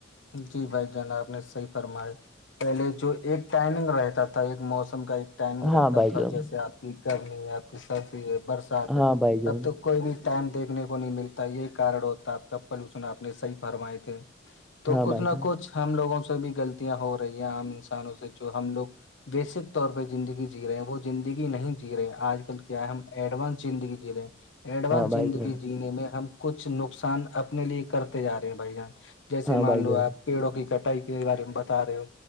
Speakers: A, on the left (about 70°); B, in the centre.
A: جی بھائی جناب نے صحیح فرمایا پہلے جو ایک ٹائمنگ رہتا تھا ایک موسم کا ایک ٹائم
B: ہاں
A: رہتا
B: بھائی
A: تھا
B: جان
A: جیسے آپ کی گرمی ہے آپ کی سردی ہے برسات
B: ہاں
A: ہے
B: بھائی جان
A: اب تو کوئی بھی ٹائم دیکھنے کو نہیں ملتا یہ کارن ہوتا آپ کا پلوشن آپ نے صحیح فرمائے تھے تو
B: ہاں
A: کچھ
B: بھائی
A: نہ
B: جان
A: کچھ ہم لوگوں سے بھی غلطیاں ہو رہی ہیں عام انسانوں سے جو ہم لوگ بیسک طور پہ زندگی جی رہے ہیں وہ زندگی نہیں جی رہے آج کل کیا ہم ایڈانس زندگی جی جے ایڈوانس
B: ہاں بھائی
A: زندگی
B: جان
A: جینے میں ہم کچھ نقصان اپنے لیے کرتے جا رہے ہیں بھ جان جیسے
B: ہاں
A: مان
B: بھائی
A: لو
B: جان
A: آپ پیڑوں کی کٹائی کے بارے میں بتا رہے ہو